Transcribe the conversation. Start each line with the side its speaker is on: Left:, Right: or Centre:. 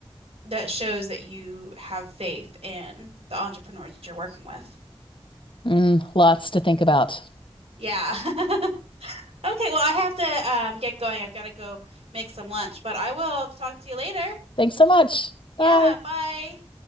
Right: that shows that you have faith in the entrepreneurs you're working with.
Left: Mm, lots to think about.
Right: Yeah. <laughs> Okay, well, I have to um, get going. I've got to go make some lunch, but I will talk to you later.
Left: Thanks so much. Bye.
Right: Yeah, bye.